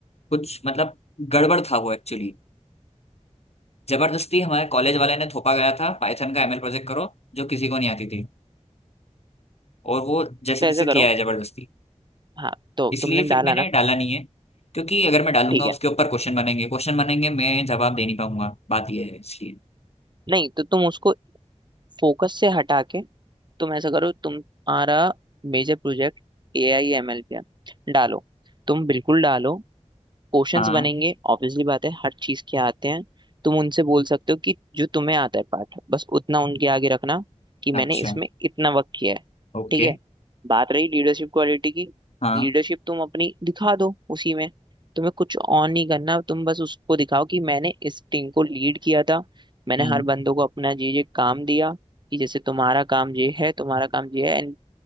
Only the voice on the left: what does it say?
कुछ मतलब गड़बड़ था वो एक्चुअली जबरदस्ती हमारे कॉलेज वाले ने थोपा गया था पाइथन का एमएल प्रोजेक्ट करो जो किसी को नहीं आती थी और वो जैसे
तैसे
किया
है जबरदस्ती
इसलिए
फिर
मैंने
डाला नहीं है क्योंकि अगर मैं डालूंगा
उसके ऊपर क्वेश्चन बनेंगे क्वेश्चन बनेंगे मैं जवाब दे नहीं पाऊंगा बात यह है इसलिए
हाँ
अच्छा
ओके
हाँ
हम्म